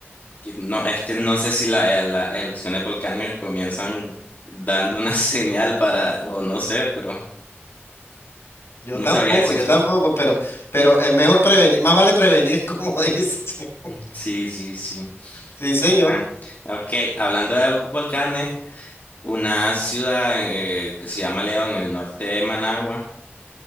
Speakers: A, on the left; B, on the left.
A: que No, es que no sé si la- las erupciones volcánicas comienzan dando una <laughs> señal para, o no sé, pero
B: Yo
A: no
B: tampoco,
A: sabría decirlo.
B: yo tampoco, pero, pero es mejor prevenir, más vale prevenir, <laughs> como dice.
A: Sí, sí, sí.
B: Sí, señor.
A: Bueno, ok, hablando de volcanes, una ciudad eh, que se llama León, en el norte de Managua,